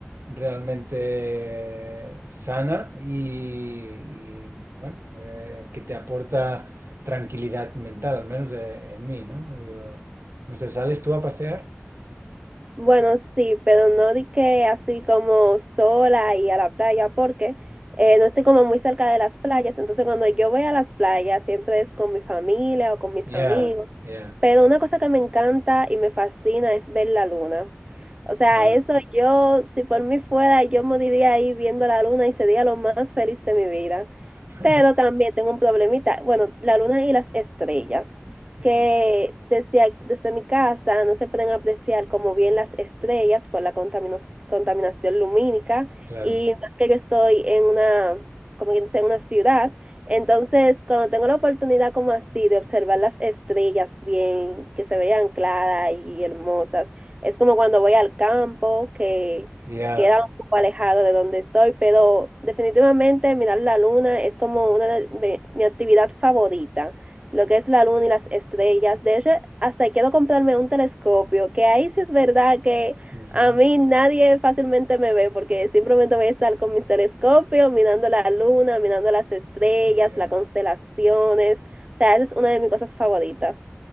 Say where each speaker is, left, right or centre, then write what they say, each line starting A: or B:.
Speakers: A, on the right; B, on the right.
A: realmente sana y, y, bueno, eh, que te aporta tranquilidad mental, al menos eh, en mí, ¿no? Yo, no sé, ¿sales tú a pasear?
B: Bueno, sí, pero no di que así como sola y a la playa, porque eh, no estoy como muy cerca de las playas, entonces cuando yo voy a las playas siempre es con mi familia o con mis
A: Ya,
B: amigos,
A: ya.
B: pero una cosa que me encanta y me fascina es ver la luna. O sea,
A: ah,
B: eso yo, si por mí fuera, yo moriría ahí viendo la luna y sería lo más feliz de mi vida.
A: <laughs>
B: Pero también tengo un problemita, bueno, la luna y las estrellas
A: ya,
B: que desde, desde mi casa no se pueden apreciar como bien las estrellas por la contamino- contaminación lumínica
A: claro.
B: y más que yo estoy en una, como quien dice, en una ciudad, entonces cuando tengo la oportunidad como así de observar las estrellas bien, que se vean claras y hermosas, es como cuando voy al campo, que
A: Ya.
B: queda un poco alejado de donde estoy, pero definitivamente mirar la luna es como una de de mi actividad favorita lo que es la luna y las estrellas. De hecho, hasta quiero comprarme un telescopio, que ahí sí es verdad que
A: ujú,
B: a mí nadie fácilmente me ve porque simplemente voy a estar con mis telescopios mirando la luna, mirando las estrellas,
A: ya.
B: las constelaciones. O sea, esa es una de mis cosas favoritas.